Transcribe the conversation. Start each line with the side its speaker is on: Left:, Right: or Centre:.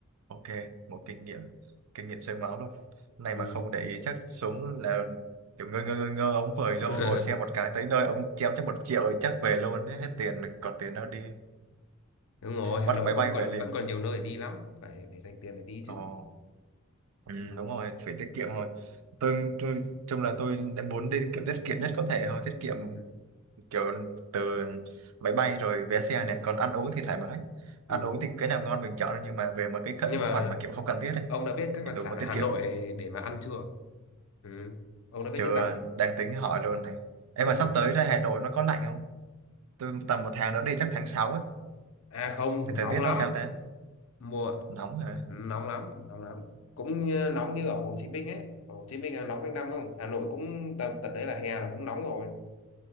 Right: ok một kinh nghiệm kinh nghiệm xương máu luôn này
Left: ừ.
Right: mà không để ý chắc xuống là kiểu ngơ ngơ ngơ ngơ ông vời vô
Left: <laughs>
Right: ngồi xe một cái tới nơi ông chém cho một triệu thì chắc về luôn ấy, hết tiền còn tiền đó đi
Left: đúng rồi Hà
Right: bắt
Left: Nội
Right: máy
Left: cũng
Right: bay
Left: còn
Right: về liền
Left: vẫn còn nhiều nơi để đi lắm phải để dành tiền để đi
Right: Ồ,
Left: chứ
Right: ừ,
Left: ừ.
Right: đúng rồi, phải tiết kiệm thôi. Tôi, tôi chung là tôi đã muốn đi tiết kiệm tiết kiệm nhất có thể thôi, tiết kiệm
Left: Ừ.
Right: kiểu từ máy bay rồi vé xe này, còn ăn uống thì thoải mái. Ăn
Left: Ừ.
Right: uống thì cái nào ngon mình chọn nhưng mà về một cái khẩn-
Left: nhưng mà
Right: phần mà kiểu không cần thiết này
Left: ông đã biết các
Right: thì
Left: đặc
Right: tôi
Left: sản
Right: muốn
Left: ở
Right: tiết
Left: Hà
Right: kiệm.
Left: Nội để mà ăn chưa ừ. ông đã biết
Right: Chưa
Left: những đặc
Right: đang tính hỏi luôn này. Em
Left: ừ.
Right: mà sắp tới ra Hà Nội nó có lạnh không? Tôi tầm một tháng nữa đi chắc tháng 6 ấy,
Left: À không,
Right: thì thời
Left: nóng
Right: tiết
Left: lắm.
Right: nó sao ta?
Left: Mùa
Right: Nóng hả?
Left: nóng lắm, nóng lắm. Cũng như, nóng như ở Hồ Chí Minh ấy. Ở Hồ Chí Minh là nóng quanh năm không? Hà Nội cũng tầm tận đấy là hè là cũng nóng rồi.